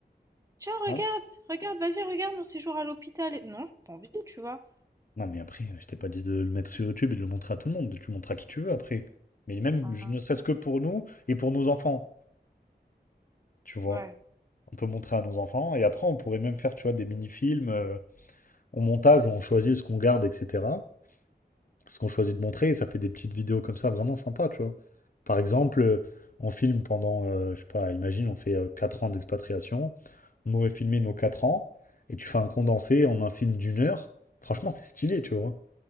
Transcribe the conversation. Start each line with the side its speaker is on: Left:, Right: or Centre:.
Right: Tiens, regarde,
Left: hein. Ouais.
Right: regarde, vas-y, regarde mon séjour à l'hôpital. Et- Non, j'ai pas envie, tu vois.
Left: Non, mais après, je t'ai pas dit de le mettre sur YouTube et de le montrer à tout le monde. Tu le montres à qui tu veux après. Mais même,
Right: Ah,
Left: je- ne serait-ce que pour nous et pour nos enfants, tu vois.
Right: Ouais.
Left: On peut montrer à nos enfants et après, on pourrait même faire, tu vois, des mini-films euh, en montage où on choisit ce qu'on garde, etc. ce qu'on choisit de montrer, et ça fait des petites vidéos comme ça vraiment sympa, tu vois. Par exemple, euh, on filme pendant, euh, je sais pas, imagine, on fait euh, 4 ans d'expatriation, on aurait filmé nos 4 ans, et tu fais un condensé en un film d'une heure, franchement, c'est stylé, tu vois.